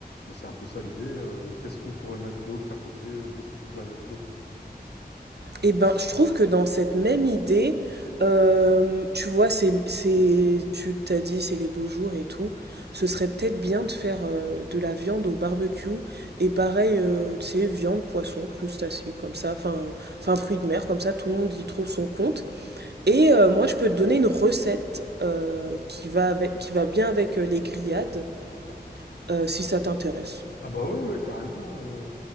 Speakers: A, on the left; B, on the right.
A: mais c'est un peu ça l'idée. euh, qu'est-ce qu'on pourrait mettre d'autre à côté? euh, Qu'est-ce que je pourrais mettre d'autre?
B: Et ben, je trouve que dans cette même idée, euh, tu vois, c'est, c'est, tu t'as dit, c'est les beaux jours et tout. Ce serait peut-être bien de faire euh, de la viande au barbecue et pareil, euh, tu sais, viande, poisson, crustacés, comme ça, enfin, enfin, fruits de mer, comme ça, tout le monde y trouve son compte. Et euh, moi, je peux te donner une recette euh, qui va avec, qui va bien avec euh, les grillades, euh, si ça t'intéresse.
A: Ah bah ouais, ouais, carrément. euh,